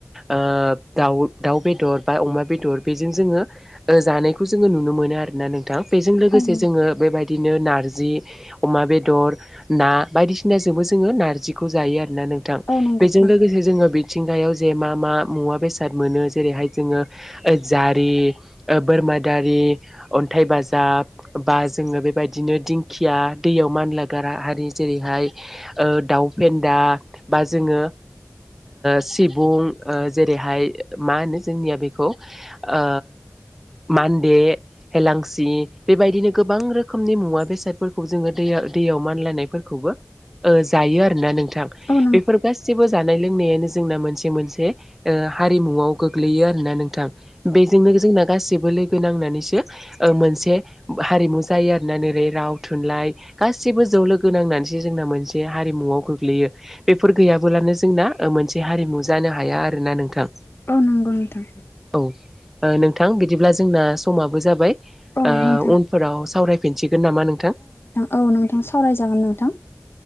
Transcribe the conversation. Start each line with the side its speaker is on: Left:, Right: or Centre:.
Centre: ओ दाव दाव बेदर बा अमा बेदर बेजों जोङो ओ जानायखौ जोङो नुनो मोनो आरोना नों बेजों लोगोसे
Left: औ नंगौ
Centre: जोङो बेबायदिनो नारजि अमा बेदर ना बायदिसिना सिना जोंबो जोङो नारजिखौ जायो आरोना नोंथां
Left: औ नंगौ
Centre: बेजों
Left: औ
Centre: लोगोसे जोङो मिथिंगायाव जे मा मा मुवा बेसाद मोनो जेरैहाय जोङो। जारि, बोरमा दारि, अन्थाइ बाजाब बा जोङो बेबायदिनो दिंखिया दैयाव मानलागारा हारि जेरैहाय दाउ फेन्दा बा जोङो सिबुं जेरैहाय मा होनो जोंनिया बेखौ आ मानदे हेलांसि बेबायदिनो गोबां रोखोमनि मुवा बेसादफोरखौ जोङो दै दैयाव मानलायनायफोरखौबो जायो आरो ना नोंथां
Left: औ
Centre: बेफोर गासिबो जानाय लोंनायानो जोंना मोनसे मोनसे हारिमुआव गोग्लैयो आरोना नोंथां। बेजोंनो जोंना गासैबो लोगो नांनानैसो मोनसे हारिमु जायो आरोना नोरै राव थुनलाइ गासैबो ज लोगो नांनानैसो जे जोंना मोनसे हारिमुआव गोग्लैयो। बेफोर गैयाबोलानो जोंना मोनसे हारिमु जानो हाया आरोना नोंथां।
Left: औ नंगौ नोंथां।
Centre: औ नोंथां बिदिब्ला जोंना समाबो जाबाय।
Left: औ नंगौ नोंथां
Centre: उनफोराव सावरायफिनसिगोन नामा नोंथां।
Left: औ नोंथां सावरायजागोन नोंथां